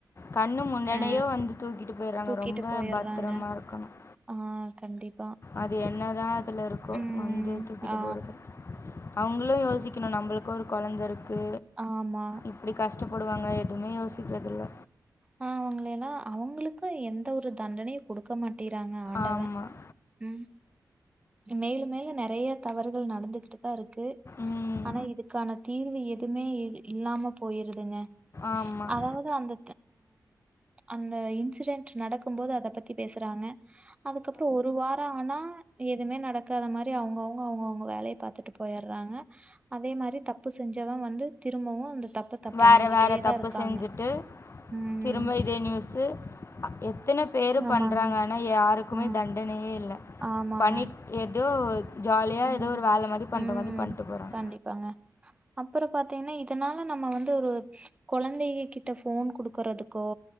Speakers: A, on the left (about 40°); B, on the right (about 15°).
A: கண்ணு முன்னாடியே
B: அ
A: வந்து தூக்கிட்டு போயிடுறாங்க
B: தூக்கிட்டு
A: ரொம்ப
B: போயிர்றாங்க
A: பத்திரமா இருக்கணும்
B: ஆ கண்டிப்
A: அது என்னதா அதுலருக் கோ
B: ம்
A: வந்து தூக்கிட்டு
B: ஆ
A: போறது அவுங்களு யோசிக்கணு நம்பளுக்கு ஒரு கொழந்தருக் க்கு
B: ஆமா
A: இப்டி கஷ்டப்படுவாங்க எ துமே யோசிக்றதில்ல
B: ஆ அவுங்கள எல்லா அவுங்களுக்கு எந்த ஒரு தண்டனையு குடுக்க மாட் டிறாங்க ஆண்டவ
A: ஆமாம்
B: உம் மேலும் மேலு நெறைய தவறுகள் நடந்துகிட்டுதாருக் க்கு
A: ம்
B: ஆனா இதுக்கான தீர்வு எதுவுமே இ இல்லாம போயிருதுங்க
A: ஆமாம்
B: அதாவது அந்த அந்த இன்சிடென்ட் நடக்கும் போது அதை பத்தி பேசுறாங்க அதுக்கப்புறம் ஒரு வாரம் ஆனா எதுவுமே நடக்காத மாதிரி அவங்க அவங்க அவங்க அவங்க வேலையை பார்த்துட்டு போயிடுறாங்க அதே மாதிரி தப்பு செஞ்சவன் வந்து திரும்பவும் அந்த தப்பத்தை
A: வேறு
B: பண்ணிக்கிட்டே
A: வேறு
B: தான்
A: தப்பு
B: இருக்காங்க
A: செஞ்சுட்டு
B: ம்
A: திரும்ப இதே நியூஸு எ எத்தனை பேர்
B: ஆமாங்க
A: பண்றாங்க ஆனா யாருக்குமே
B: ஆ
A: தண்டனையே இல்லை
B: ஆமாங்க
A: பண்ணி எதோ ஜாலியா
B: ம்
A: ஏதோ ஒரு வேலை மாதிரி பண்ற
B: ம்
A: மாதிரி பண்ணிட்டு போறாங்க
B: கண்டிப்பாங்க அப்புறம் பாத்தீங்கன்னா இதனால நம்ம வந்து ஒரு கொழந்தைககிட்ட ஃபோன் கொடுக்கறதுக்கோ